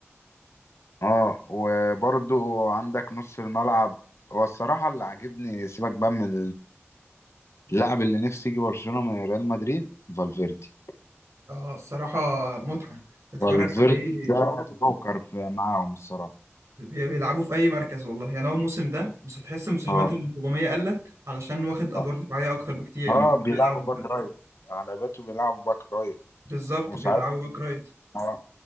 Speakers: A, on the left; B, on the right.
A: اه وبرضه عندك نص الملعب هو الصراحة اللي عاجبني سيبك بقى من اللاعب اللي نفسي يجي برشلونة من ريال مدريد فالفيردي
B: اه الصراحة متعة تتفرج
A: فالفيردي
B: عليه
A: ده جوكر في معاهم الصراحة
B: بيلعبوا في اي مركز والله يعني هو الموسم ده بس هتحس المساهمات
A: اه
B: الهجوميه قلت علشان واخد ادوار
A: اه
B: دفاعيه اكتر بكتير يعني
A: آه،
B: كان
A: بيلعبوا
B: بيلعب
A: باك رايت على باته بيلعبوا باك رايت
B: بالظبط
A: وساعات
B: بيلعبوا باك رايت
A: اه